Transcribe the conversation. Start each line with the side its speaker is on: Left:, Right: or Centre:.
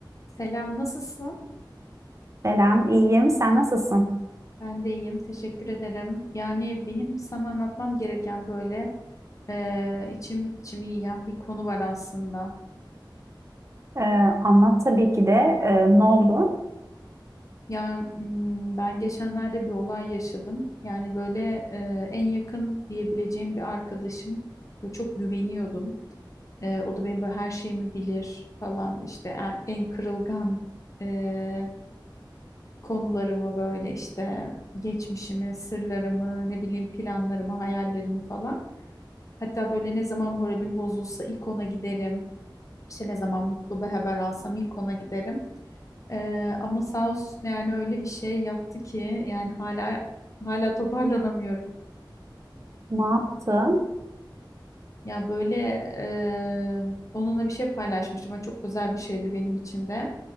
Left: Selam, nasılsın?
Right: Selam, iyiyim. Sen nasılsın?
Left: Ben de iyiyim, teşekkür ederim. Yani benim sana anlatmam gereken böyle eee, içim içimi yiyen bir konu var aslında.
Right: Ee, anlat tabii ki de Ee, ne oldu?
Left: Ya mm, ben geçenlerde bir olay yaşadım. Yani böyle eee, en yakın diyebileceğim bir arkadaşım. Böyle çok güveniyordum. Eee, o da benim böyle her şeyimi bilir falan işte en, en kırılgan eee, konularımı böyle işte geçmişimi, sırlarımı, ne bileyim planlarımı, hayallerimi falan. Hatta böyle ne zaman moralim bozulsa ilk ona giderim. İşte ne zaman mutlu bir haber alsam ilk ona giderim. Ee, ama sağ olsun yani öyle bir şey yaptı ki yani hala hala toparlanamıyorum.
Right: Ne yaptın?
Left: Ya böyle e, onunla bir şey paylaşmıştım. Böyle çok özel bir şeydi benim için de.